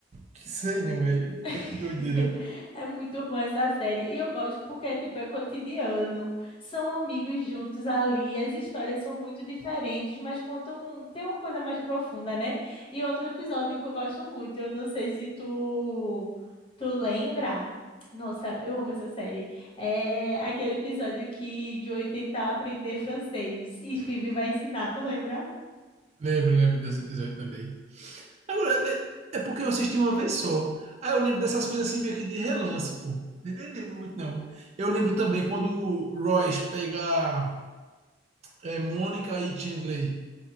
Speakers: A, on the right; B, on the left.
A: que sei não, velho. Tá que
B: <laughs>
A: doideira.
B: É muito bom essa série. E eu gosto porque, tipo, é cotidiano. São amigos juntos ali. As histórias são muito diferentes, mas contam... um, Tem uma coisa mais profunda, né? E outro episódio que eu gosto muito, eu não sei se tu... Tu lembra? Nossa, eu amo essa série. É aquele episódio que Joey tenta aprender francês e Phoebe vai ensinar, tu lembra?
A: Lembro, lembro desse episódio também. Agora, é, é porque eu assisti uma vez só. Aí eu lembro dessas coisas assim meio que de relance, pô. Nem nem lembro muito, não. Eu lembro também quando o Royce pega é, Mônica e Chandler.